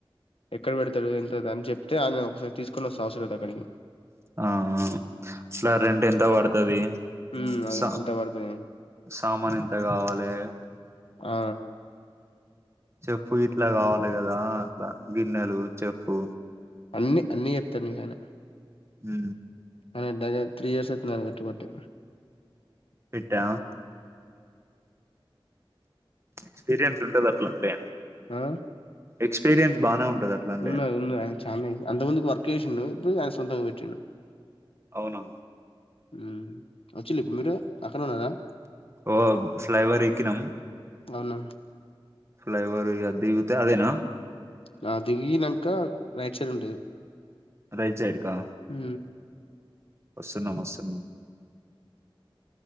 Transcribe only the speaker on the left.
ఎక్కడ పెడతాడు ఎంత అని చెప్తే ఆయన ఒకసారి తీసుకుని వస్త అవసరం అయితే అక్కడికి
హు అదే
ఎంత పడ్తది
ఆ
అన్ని అన్ని చెప్తాడు నీకు ఆయన
ఆయన దగ్గర త్రీ ఇయర్స్ అయితుంది ఆయన కట్పబట్టి
ఆ
విన్నా
విన్నా ఆయన చ అంత ముందికి వర్క్ చేసిండు ఇప్పుడు ఆయన సోతంగా పెట్టిండు.
హు వచ్చిళ్ళ ఇప్పుడు మీరు పక్కన ఉన్నారా
అవునా
నా దిగినంక రైట్ సైడ్ ఉంటది.
హు